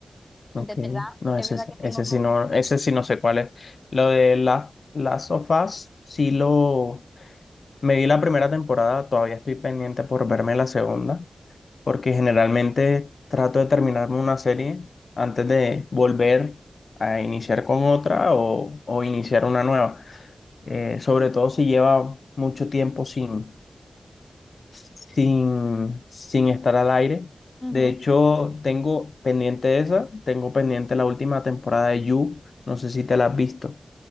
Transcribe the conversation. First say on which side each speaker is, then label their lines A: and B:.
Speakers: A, on the left; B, on the left.
A: ok.
B: De verdad,
A: No,
B: es
A: ese,
B: verdad
A: es-
B: que tengo
A: ese
B: como...
A: sí no, ese sí no sé cuál es. Lo de la, Last of Us, sí lo, me vi la primera temporada, todavía estoy pendiente por verme la segunda. porque generalmente trato de terminarme una serie antes de volver a iniciar con otra o, o iniciar una nueva. Eh, sobre todo si lleva mucho tiempo sin, sin, sin estar al aire.
B: Ujú.
A: De hecho, tengo pendiente esa, tengo pendiente la última temporada de You, no sé si te la has visto.